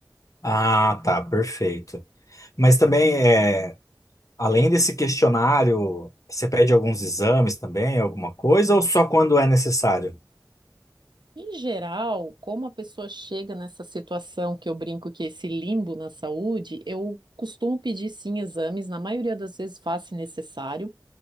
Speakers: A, on the left (about 45°); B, on the right (about 75°).
A: Ah, tá, perfeito. Mas também, é, além desse questionário, você pede alguns exames também, alguma coisa, ou só quando é necessário?
B: Em geral, como a pessoa chega nessa situação que eu brinco que é esse limbo na saúde, eu costumo pedir sim exames, na maioria das vezes faço se necessário.